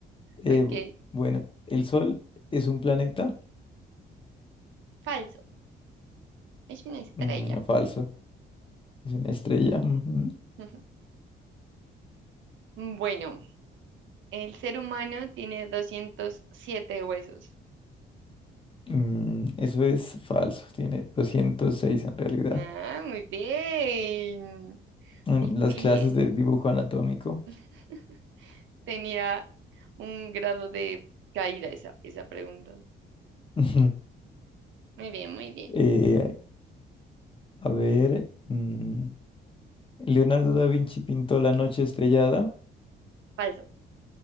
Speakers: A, on the left (about 25°); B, on the right (about 75°).
A: Eh,
B: Ok.
A: bu- bueno, el sol es un planeta.
B: Falso. Es una estrella.
A: Mm, falso. Es una estrella. ujú.
B: <laughs> Bueno, el ser humano tiene 207 huesos.
A: Mm, eso es falso. Tiene 206 en realidad.
B: Ah, muy bien.
A: En
B: Muy
A: las
B: bien.
A: clases de dibujo anatómico.
B: <laughs> Tenía un grado de caída esa, esa pregunta.
A: <laughs>
B: Muy bien, muy bien.
A: Eh, a ver. mm, Leonardo da Vinci pintó La noche estrellada.
B: Falso.